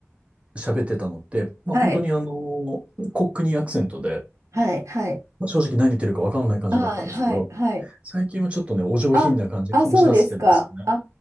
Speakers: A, on the right (about 25°); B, on the right (about 85°).
A: 喋ってたのって、まあ本当にあの、
B: はい、
A: コックニーアクセントで、
B: はい、はい、
A: まあ、正直何言ってるかわからない感じだったんですけど、
B: ああ、はい、はい。
A: 最近はちょっとね、お上品な感じ、
B: あ、あ、
A: 醸し出してるんですよね。
B: そうですか。あ